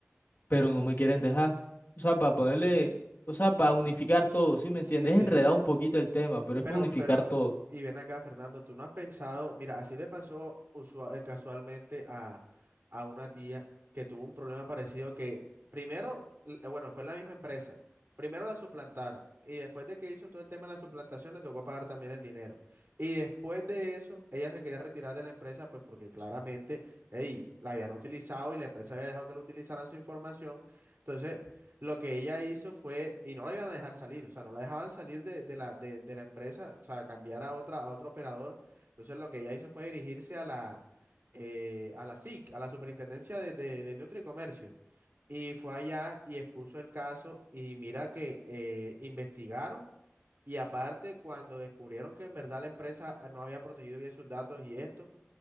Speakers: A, on the left; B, on the right.
A: pero no me quieren dejar. O sea, para ponerle, o sea, para unificar todo, ¿sí me
B: Sí,
A: entiendes?
B: sí,
A: Es enredado un poquito el tema, pero es
B: pero,
A: para unificar
B: pero,
A: todo.
B: y ven acá, Fernando, tú no has pensado, mira, así le pasó usua- eh, casualmente a, a una tía que tuvo un problema parecido que primero, l- eh, bueno, fue en la misma empresa, primero la suplantaron y después de que hizo todo el tema de la suplantación le tocó pagar también el dinero. Y después de eso, ella se quería retirar de la empresa, pues porque claramente, ey, la habían utilizado y la empresa había dejado que lo utilizaran su información. Entonces... Lo que ella hizo fue, y no la iban a dejar salir, o sea, no la dejaban salir de, de la, de, de la empresa, o sea, cambiar a otra, a otro operador. Entonces lo que ella hizo fue dirigirse a la, eh, a la SIC, a la Superintendencia de, de- de Industria y Comercio. Y fue allá y expuso el caso y mira que eh, investigaron y aparte cuando descubrieron que en verdad la empresa ah, no había protegido bien sus datos y esto